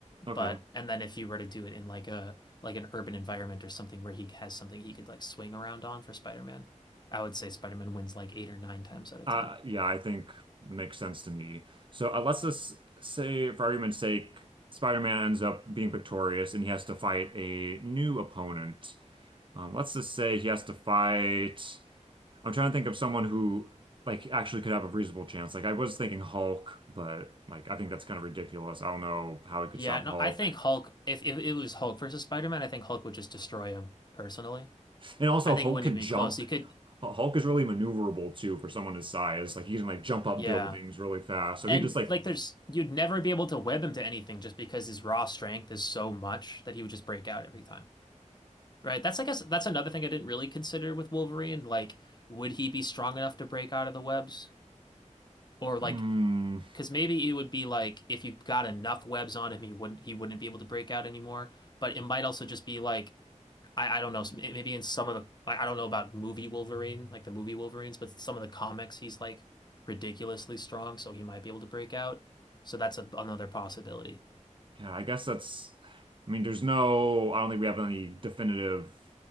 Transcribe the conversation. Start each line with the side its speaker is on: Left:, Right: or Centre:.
Right: Okay.
Left: But and then if you were to do it in like a like an urban environment or something where he has something he could like swing around on for Spider-Man, I would say Spider-Man wins like eight or nine times out of
Right: Uh,
Left: ten.
Right: yeah, I think it makes sense to me. So uh, let's just say, for argument's sake, Spider-Man ends up being victorious and he has to fight a new opponent. Um, let's just say he has to fight. I'm trying to think of someone who like actually could have a reasonable chance. Like I was thinking Hulk, but like I think that's kind of ridiculous. I don't know how he
Left: Yeah,
Right: could stop
Left: no,
Right: Hulk.
Left: I think Hulk.
Right: <laughs>
Left: If, if it was Hulk versus Spider-Man, I think Hulk would just destroy him personally.
Right: And also
Left: I think
Right: Hulk
Left: it wouldn't
Right: can
Left: even
Right: jump.
Left: be close. He could,
Right: H- Hulk is really maneuverable too for someone his size. Like he can like jump up
Left: yeah.
Right: buildings really fast. So
Left: And
Right: he just like
Left: like, there's you'd never be able to web him to anything just because his raw strength is so much that he would just break out every time. Right? That's I guess that's another thing I didn't really consider with Wolverine. Like, would he be strong enough to break out of the webs? Or
Right: hmm.
Left: like, because maybe it would be like if you got enough webs on him, he wouldn't he wouldn't be able to break out anymore. But it might also just be like I, I don't know, maybe in some of the, like, I don't know about movie Wolverine, like the movie Wolverines, but some of the comics, he's like ridiculously strong, so he might be able to break out. So that's a, another possibility.
Right: Yeah, I guess that's, I mean, there's no, I don't think we have any definitive